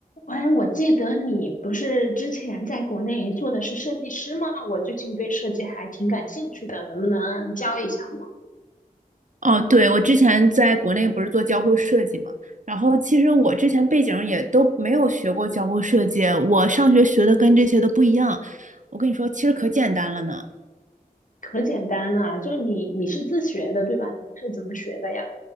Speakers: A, on the left; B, on the right.
A: 哎，我记得你不是之前在国内做的是设计师吗？我最近对设计还挺感兴趣的，能不能教一下我？
B: 哦，对，我之前在国内不是做交互设计嘛，然后其实我之前背景也都没有学过交互设计，我上学学的跟这些都不一样。我跟你说，其实可简单了呢。
A: 可简单了，就你你是自学的对吧？你是怎么学的呀？